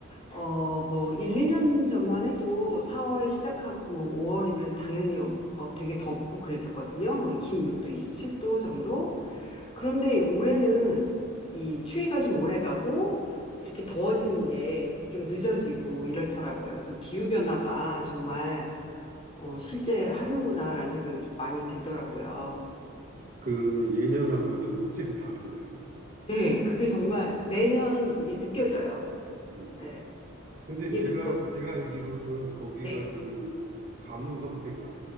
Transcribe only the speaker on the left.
어, 뭐, 1, 2년 전만 해도 4월 시작하고 뭐 5월이면 당연히 어, 어, 되게 덥고 그랬었거든요. 뭐 26도, 27도 정도. 그런데 올해는 이 추위가 좀 오래 가고 이렇게 더워지는 게 좀 늦어지고 이렇더라고요. 그래서 기후변화가 정말 어, 실제 하는구나라는 생각이 좀 많이 들더라고요.
네, 그게 정말 매년 이게 느껴져요.
네,
이게
그-
네.